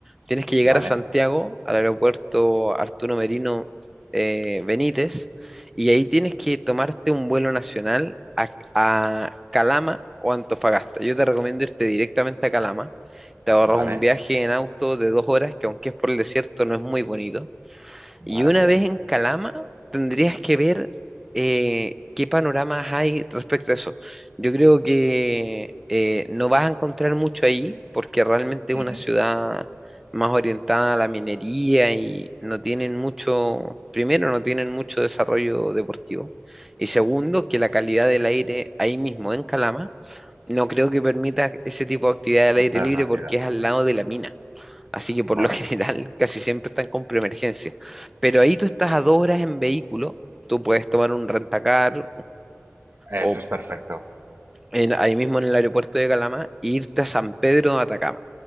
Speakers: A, in the centre; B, on the right (about 50°).
A: Tienes que llegar
B: ¿Vale?
A: a Santiago, al aeropuerto Arturo Merino eh, Benítez, y ahí tienes que tomarte un vuelo nacional a, a Calama o Antofagasta. Yo te recomiendo irte directamente a Calama. Te ahorras
B: ¿Vale?
A: un viaje en auto de dos horas, que aunque es por el desierto, no es muy bonito y
B: ¿Vale?
A: una
B: Bien.
A: vez en Calama, tendrías que ver eh, qué panoramas hay respecto a eso. Yo creo que eh, no vas a encontrar mucho ahí, porque realmente es
B: Ujú.
A: una ciudad más orientada a la minería y no tienen mucho, primero, no tienen mucho desarrollo deportivo. Y segundo, que la calidad del aire ahí mismo en Calama, no creo que permita ese tipo de actividad al
B: Hacer
A: aire libre
B: una
A: porque
B: ciudad.
A: es al lado de la mina. Así que por
B: Vale.
A: lo <laughs> general casi siempre están con preemergencia. Pero ahí tú estás a dos horas en vehículo, tú puedes tomar un rentacar
B: Eso
A: o
B: es perfecto,
A: en- ahí mismo en el aeropuerto de Calama e irte a San Pedro de Atacama.